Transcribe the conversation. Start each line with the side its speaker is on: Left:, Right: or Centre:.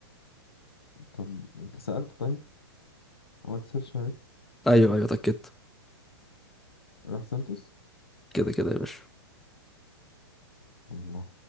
Left: طب انت سألت طيب عملت سيرش عرفت
Centre: ايوه ايوه اتاكدت
Left: راح سانتوس
Centre: كده كده يا باشا
Left: الله